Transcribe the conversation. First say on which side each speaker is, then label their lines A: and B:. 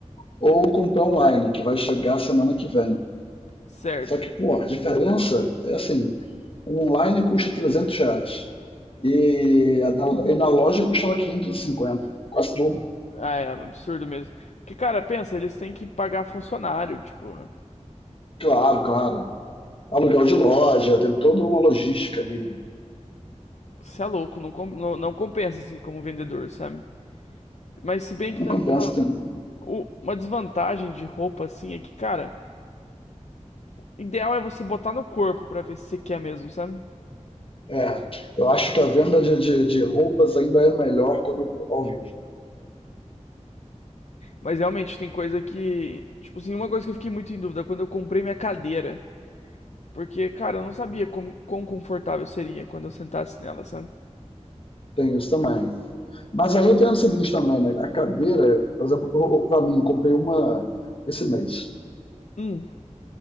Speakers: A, on the left; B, on the left.
A: ou comprar online, que vai chegar semana que vem.
B: certo.
A: Só que, pô, a diferença é assim, o online custa 300 reais e a- na, e na loja custava 550, é quase dobro.
B: Ah, é absurdo mesmo. Porque, cara, pensa, eles têm que pagar funcionário, tipo,
A: Claro, claro. Aluguel de loja, tem toda uma logística aí.
B: você é louco, não, com- não, não compensa, assim, como vendedor, sabe? Mas se bem
A: Não
B: que também
A: compensa.
B: ó,
A: tem-
B: o- uma desvantagem de roupa, assim, é que, cara, ideal é você botar no corpo pra ver se você quer mesmo, sabe?
A: É, eu acho que a venda de, de, de roupas ainda é melhor quando ao vivo.
B: Mas realmente tem coisa que, tipo assim, uma coisa que eu fiquei muito em dúvida quando eu comprei minha cadeira, porque, cara, eu não sabia como, quão confortável seria quando eu sentasse nela, sabe?
A: Tem isso também. Mas aí tem o seguinte também, né? A cadeira, por exemplo, para mim, eu comprei uma esse mês.
B: Hum,